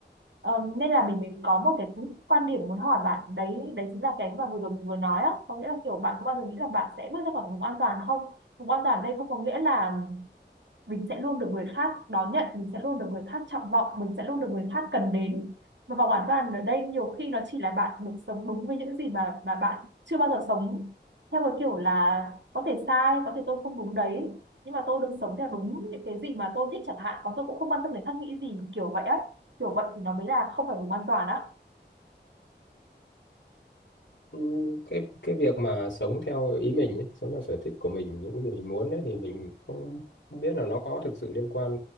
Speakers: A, on the right; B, on the left.
A: Ờ, nên là mình mình có một cái quan điểm muốn hỏi bạn đấy đấy chính là cái mà vừa rồi mình vừa nói á có nghĩa là kiểu bạn có bao giờ nghĩ là bạn sẽ bước ra khỏi vùng an toàn không vùng an toàn ở đây không có nghĩa là mình sẽ luôn được người khác đón nhận mình sẽ luôn được người khác trọng vọng mình sẽ luôn được người khác cần đến và vòng an toàn ở đây nhiều khi nó chỉ là bạn mình sống đúng với những gì mà mà bạn chưa bao giờ sống theo cái kiểu là có thể sai có thể tôi không đúng đấy nhưng mà tôi được sống theo đúng những cái gì mà tôi thích chẳng hạn còn tôi cũng không quan tâm người khác nghĩ gì kiểu vậy á kiểu vậy thì nó mới là không phải vùng an toàn á
B: Ừ, Cái cái việc mà sống theo ý mình, ấy, sống theo sở thích của mình, những cái gì mình muốn ấy, thì mình không không biết là nó có thực sự liên quan